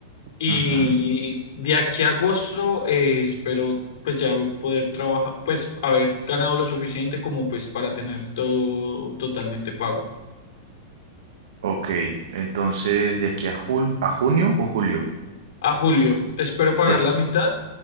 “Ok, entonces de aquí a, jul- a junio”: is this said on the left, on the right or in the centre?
Right